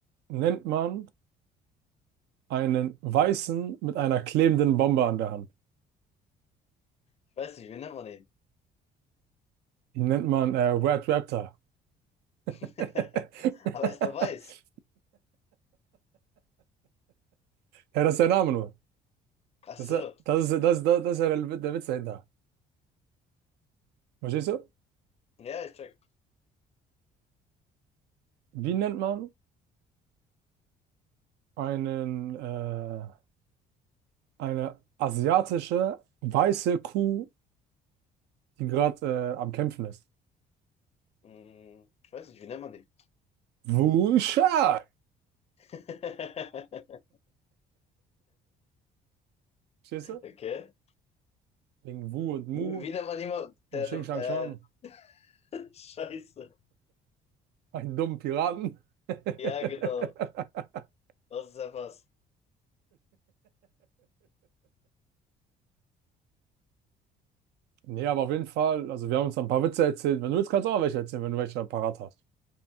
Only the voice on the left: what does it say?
Ich weiß nicht, wie nennt man den?
<laughs>
Aber er ist doch weiß.
Ach
so.
Ja, ich check.
Hm, ich weiß nicht, wie nennt man die?
<laughs>
Okay.
Wie nennt man jemanden,
der
eine,
äh,
<laughs> Scheiße.
Ja, genau. Das ist ja was.